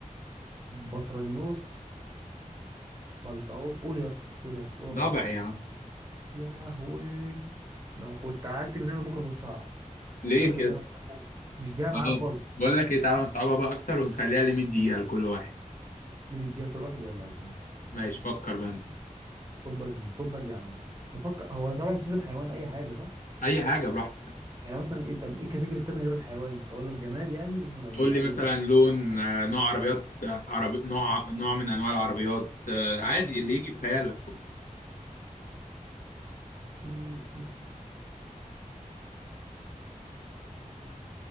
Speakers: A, on the right; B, on the left.
A: بطرانيوس بلطاوي قول يا اسطى قول يا اسطى قول
B: ضبع
A: يا مصطفى قول
B: يا عم
A: يا لهوي لو كنت قعدت من هنا بكره كنتش هعرف
B: ليه
A: الحمد
B: كده
A: لله انا بقول. مش جاي معايا
B: اه
A: خالص
B: بقول لك ايه تعالى نصعبها بقى اكتر ونخليها لمية دقيقة لكل واحد
A: اللي مدينا كل واحد يلا يا زميلي
B: ماشي فكر بقى انت
A: خد بقى يا زميلي خد بقى دي عنك بفكر هو طبعا مش لازم حيوان اي حاجه صح؟
B: اي حاجة براحتك
A: يعني مثلا ايه طب ايه الكاتيجوري التاني غير الحيوان؟ اقول لك جماد يعني ولا
B: قول لي
A: اقول
B: مثلا
A: لك
B: لون آه، نوع عربيات آه، عربي نوع نوع من انواع العربيات آه، عادي اللي يجي في خيالك
A: طيب